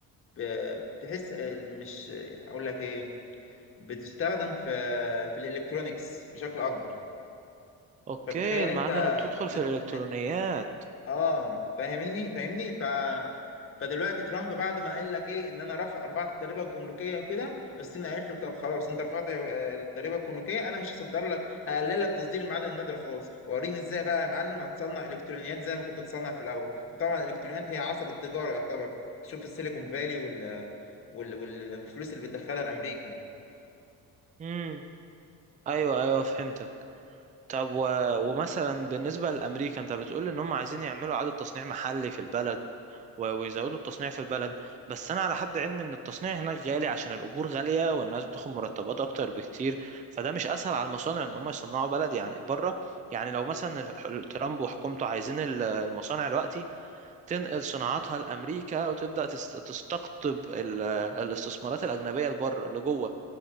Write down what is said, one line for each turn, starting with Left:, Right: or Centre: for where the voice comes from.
Left: آه، بتحس آه، مش آه، أقول لك إيه بتستخدم في في الإلكترونيكس بشكل أكبر
Right: أوكي
Left: فتخيل
Right: المعادن
Left: أنت
Right: بتدخل في الإلكترونيات
Left: من اه فاهمني فاهمني ف... فدلوقتي ترامب بعد ما قال لك ايه ان انا رفع رفعت الضريبه الجمركيه وكده الصين قالت له طب خلاص انت رفعت آه، الضريبه الجمركيه انا مش هصدر لك هقلل لك تصدير المعادن النادره خالص وريني ازاي بقى يا معلم هتصنع الكترونيات زي ما كنت بتصنع في الاول وطبعا الالكترونيات هي عصب التجاره يعتبر شوف السيليكون فالي وال... وال... وال... والفلوس اللي بتدخلها لامريكا
Right: امم أيوه أيوه فهمتك طب و... ومثلا بالنسبة لأمريكا أنت بتقول إن هم عايزين يعملوا إعادة تصنيع محلي في البلد و- ويزودوا التصنيع في البلد بس انا على حد علمي ان التصنيع هناك غالي عشان الاجور غاليه والناس بتاخد مرتبات اكتر بكتير فده مش اسهل على المصانع ان هم يصنعوا بلد يعني بره يعني لو مثلا ال- ال- ترامب وحكومته عايزين ال- المصانع دلوقتي تنقل صناعاتها لامريكا وتبدا تست- تستقطب ال- الاستثمارات الاجنبيه لبره لجوه